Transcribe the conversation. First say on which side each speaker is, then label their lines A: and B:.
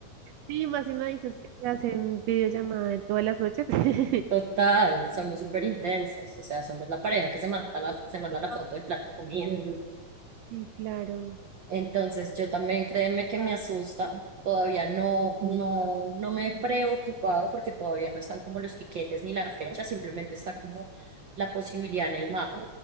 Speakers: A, on the right (about 80°); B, on the right (about 70°).
A: Sí, más si me dices que te hacen videollamada de todas las noches. <laughs>
B: Total, somos súper intensos, o sea, somos la pareja que se mata la, se manda la foto del plato de comida.
A: Sí, claro.
B: Entonces, yo también créeme que me asusta, todavía no, no, no me he preocupado porque todavía no están como los tiquetes ni la fecha, simplemente está como la posibilidad en el mapa.